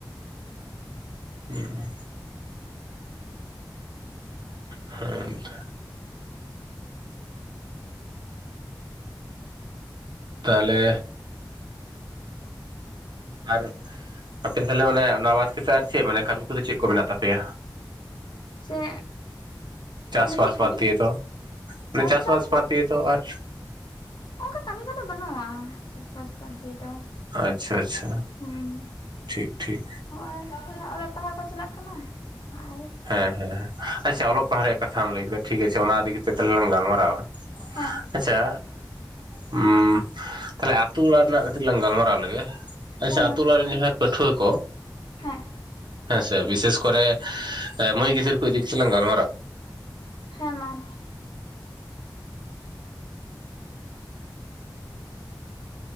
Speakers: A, on the right (about 70°); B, on the left (about 70°).
A: <inaudible> ᱦᱮᱸᱛᱚ ᱛᱟᱦᱚᱞᱮ ᱟᱨ ᱟᱯᱮ ᱛᱟᱦᱚᱞᱮ ᱚᱱᱮ ᱱᱚᱣᱟ ᱵᱟᱫ ᱠᱟᱛᱮ ᱟᱨ ᱪᱮᱜ ᱢᱟᱱᱮ ᱠᱟᱹᱢᱤ ᱠᱚᱫᱚ ᱪᱮᱜ ᱠᱚ ᱢᱮᱱᱟᱜ ᱛᱟᱯᱮᱭᱟ?
B: ᱥᱮᱜ
A: ᱪᱟᱥᱵᱟᱥ
B: ᱢᱟᱱᱮ ᱪᱮᱜ
A: ᱵᱟᱫ
B: ᱠᱟᱹᱢᱤ?
A: ᱫᱤᱭᱮ ᱫᱚ ᱢᱟᱱᱮ
B: ᱪᱟᱥᱵᱟᱥ ᱵᱟᱫ
A: ᱫᱤᱭᱮ
B: ᱠᱟᱛᱮ
A: ᱫᱚ ᱟᱨ
B: ᱚᱱᱠᱟ ᱠᱟᱹᱢᱤ ᱠᱚᱫᱚ ᱵᱟᱹᱱᱩᱜᱼᱟ, ᱪᱟᱥᱵᱟᱥ ᱵᱟᱫᱽ ᱫᱤᱭᱮ ᱫᱚ,
A: ᱟᱪᱪᱷᱟ ᱟᱪᱪᱷᱟ
B: ᱦᱩᱸ
A: ᱴᱷᱤᱠ ᱴᱷᱤᱠ,
B: ᱦᱚᱜᱼᱚᱭ ᱱᱟᱥᱮᱱᱟᱜ ᱚᱞᱚᱜ ᱯᱟᱲᱦᱟᱣ ᱠᱚ ᱪᱟᱞᱟᱜ ᱠᱟᱱᱟ, ᱟᱨ
A: ᱦᱮᱸ ᱦᱮᱸ ᱦᱮᱸ,
B: ᱪᱮᱫ
A: ᱟᱪᱪᱷᱟ ᱚᱞᱚᱜ ᱯᱟᱲᱦᱟᱜ ᱨᱮᱭᱟᱜ ᱠᱟᱛᱷᱟᱢ ᱞᱮᱭ ᱠᱮᱫᱟ ᱴᱷᱤᱠ ᱟᱪᱷᱮ ᱚᱱᱟ ᱤᱫᱤ ᱠᱟᱛᱮᱜ ᱛᱟᱦᱚᱞᱮ ᱞᱟᱝ ᱜᱟᱞᱢᱟᱨᱟᱣᱟ,
B: ᱦᱮᱸ
A: ᱟᱪᱪᱷᱟ <unintelligible> ᱛᱟᱦᱚᱞᱮ ᱟᱛᱩ ᱚᱲᱟᱜ ᱱᱟᱜ ᱠᱟᱹᱴᱤᱡ ᱞᱟᱝ ᱜᱟᱞᱢᱟᱨᱟᱣ ᱞᱮᱜᱮ, ᱟᱪᱪᱷᱟ
B: ᱦᱮᱸ
A: ᱟᱛᱩ
B: ᱢᱟ
A: ᱚᱲᱟᱜ ᱨᱮᱱ ᱡᱟᱦᱟᱸᱭ ᱯᱟᱹᱴᱷᱩᱣᱟᱹ ᱠᱚ,
B: ᱦᱮᱸ, <inaudible>
A: ᱟᱪᱪᱷᱟ, ᱵᱤᱥᱮᱥ ᱠᱚᱨᱮ ᱢᱟᱹᱭ ᱜᱤᱫᱽᱨᱟᱹ ᱠᱚ ᱤᱫᱤ ᱠᱟᱛᱮᱜ ᱞᱟᱝ ᱜᱟᱞᱢᱟᱨᱟᱣ,
B: ᱦᱮᱸ, ᱢᱟᱨ